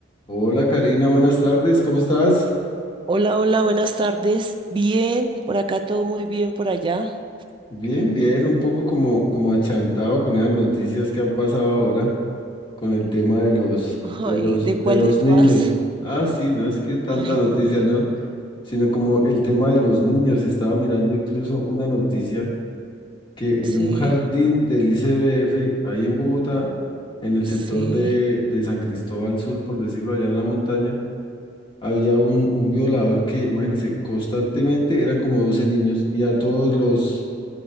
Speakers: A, on the left; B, on the right.
A: Hola Karina, buenas tardes, ¿cómo estás?
B: Hola, hola, buenas tardes. Bien, por acá todo muy bien, por allá.
A: Bien, bien, un poco como, como achantado con esas noticias que han pasado ahora con el tema de los,
B: Ay,
A: de los,
B: ¿de cuál
A: de los
B: de todas?
A: niños. Ah, sí, no es que tanta
B: Ay,
A: noticia,
B: Dios mío.
A: ¿no? Sino como el tema de los niños. Estaba mirando incluso una noticia que
B: Sí,
A: en un jardín del ICBF, ahí en Bogotá, en el
B: sí.
A: sector de, de San Cristóbal Sur, por decirlo allá en la montaña, había un, un violador que, imagínense, constantemente eran como 12 niños y a todos los,